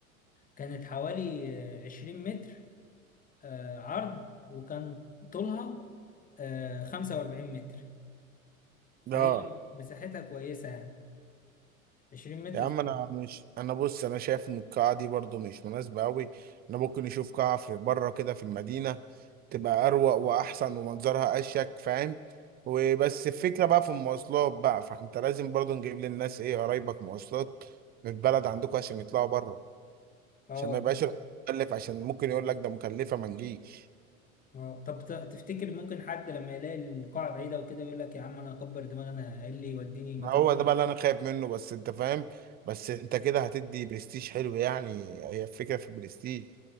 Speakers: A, on the left; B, on the right.
A: كانت حوالي آه، 20 متر آه عرض وكان طولها آه 45 متر فهي
B: اه
A: مساحتها كويسة يعني 20 متر
B: يا عم
A: في...
B: انا مش انا بص انا شايف ان القاعه دي برضو مش مناسبه قوي انا ممكن نشوف قاعه في بره كده في المدينه تبقى اروق واحسن ومنظرها اشيك فاهم وبس الفكره بقى في المواصلات بقى فانت لازم برضو نجيب للناس ايه قرايبك مواصلات من البلد عندكم عشان يطلعوا بره
A: اه
B: عشان ما يبقاش مكلف عشان ممكن يقول لك ده مكلفه ما نجيش
A: اه طب ت- تفتكر ممكن حد لما يلاقي القاعة بعيدة وكده يقول لك يا عم انا هكبر دماغي انا ايه اللي يوديني مكان
B: ما هو
A: بعيد؟
B: ده بقى اللي انا خايف منه بس انت فاهم بس انت كده هتدي برستيج حلو يعني هي الفكره في البرستيج